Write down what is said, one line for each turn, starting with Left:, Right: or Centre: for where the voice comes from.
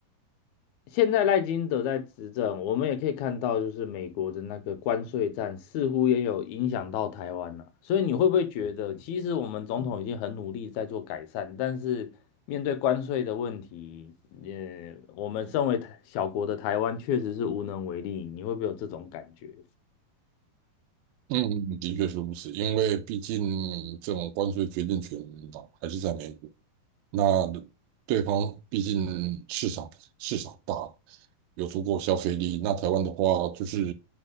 Left: 现在赖金德在执政，我们也可以看到，就是美国的那个关税战似乎也有影响到台湾了。所以你会不会觉得，其实我们总统已经很努力在做改善，但是面对关税的问题，呃，我们身为台小国的台湾确实是无能为力。你会不会有这种感觉？
Right: 嗯，的确是如此，因为毕竟这种关税决定权嘛还是在美国。那对方毕竟市场市场大，有足够消费力。那台湾的话，就是